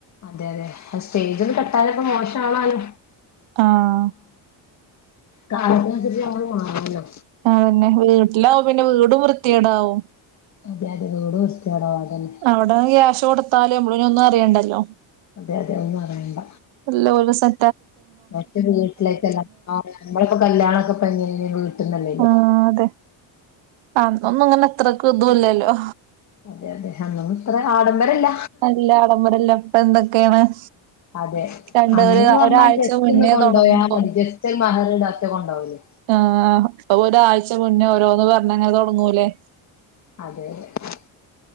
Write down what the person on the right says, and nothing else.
ആഹ്
അതന്നെ വീട്ടിലാവും പിന്നെ വീടും വൃത്തികേടാവും
അവിടെ ക്യാഷ് കൊടുത്താല് നമ്മളൊന്നും അറിയണ്ടല്ലോ
എല്ലാം ഓല് സ
ആ അതെ അന്നൊന്നും ഇങ്ങനെ എത്രക്ക ഇതും ഇല്ലല്ലോ?
അല്ല ആടബരല്ല ഇപ്പ എന്തൊക്കെയാണ്-
രണ്ട്
ഒരു
ഒരാഴ്ച
മുന്നേ
തൊടങ്ങും ഇപ്പൊ
ആഹ് അപ്പൊ ഒരാഴ്ച മുന്നേ ഓരോന്ന് പറഞ്ഞങ്ങനെ തുടങ്ങൂലേ?